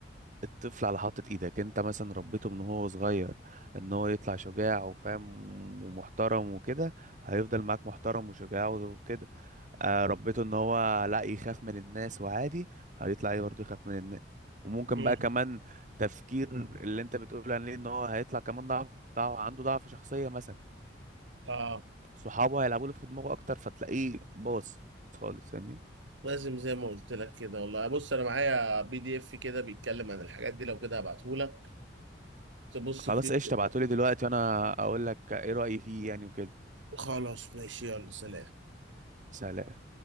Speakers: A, on the right; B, on the right.
A: الطفل على حاطة ايدك انت مثلا ربيته من هو صغير ان هو يطلع شجاع وفاهم ومحترم وكده هيفضل معاك محترم وشجاع وكده آه ربيته ان هو لا يخاف من الناس وعادي هيطلع ايه برضه يخاف من الناس وممكن
B: مم.
A: بقى كمان تفكير مم. اللي انت بتقول عليه ان هو هيطلع كمان ضعف ضعف عنده ضعف شخصية مثلا
B: اه
A: صحابه هيلعبوا له في دماغه اكتر فتلاقيه باظ خالص يعني
B: لازم زي ما قلت لك كده والله بص انا معايا بي دي اف كده بيتكلم عن الحاجات دي لو كده هبعته لك تبص
A: خلاص
B: فيه
A: قشطة
B: كده.
A: ابعتولي دلوقتي وانا اقول لك ايه رأيي فيه يعني وكده
B: خلاص ماشي يلا سلام
A: سلام